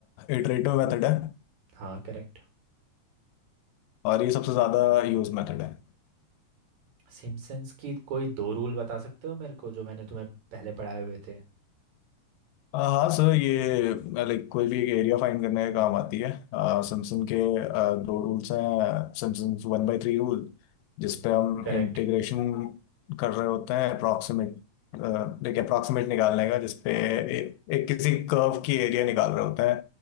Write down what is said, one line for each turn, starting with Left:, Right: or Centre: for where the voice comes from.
Left: इटरेटिव मेथड है
Right: हाँ करेक्ट
Left: और ये सबसे ज्यादा यूज मेथड है
Right: सिम्पसन्स की कोई दो रूल बता सकते हो मेरे को जो मैंने तुम्हें पहले पढ़ाए हुए थे
Left: आ, हाँ सर ये लाइक कोई भी एक एरिया फाइंड करने का काम आती है सैमसंग के आ, दो रूल्स हैं Simpson one by three rule जिसपे
Right: हम्म,
Left: हम
Right: करेक्ट
Left: इंटीग्रेशन कर रहे होते हैं अप्रॉक्सीमेट लाइक अप्रॉक्सीमेट निकालने का जिसपे ए, एक किसी कर्व की एरिया निकाल रहे होते हैं